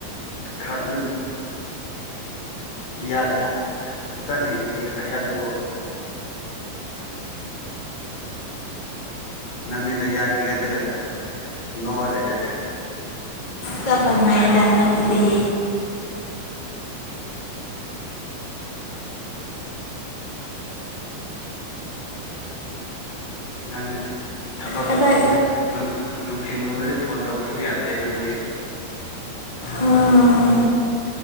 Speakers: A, on the left (about 60°); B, on the left (about 15°).
A: ꯈꯔꯗꯤ ꯌꯥꯁꯦ ꯈꯤꯇꯪ ꯍꯥꯏꯒꯠꯄ ꯒꯣ ꯅꯪꯗꯤ ꯅꯌꯥ ꯍꯤꯒꯠꯂꯒ ꯅꯣꯛꯑ ꯂꯩꯔꯦ
B: ꯆꯥꯞ ꯂꯟꯅꯩꯕ ꯑꯗꯨꯕꯨꯗꯤ
A: ꯅꯪꯗꯤ ꯊꯕꯛ
B: ꯀꯗꯥꯏ
A: ꯅꯨꯡ ꯅꯨꯡ ꯅꯨꯡꯊꯤꯟꯒꯨꯝꯕꯗꯗꯤ ꯐꯣꯟ ꯇꯧꯕꯁꯨ ꯌꯥꯗꯦ ꯅꯪꯗꯤ
B: ꯑꯥ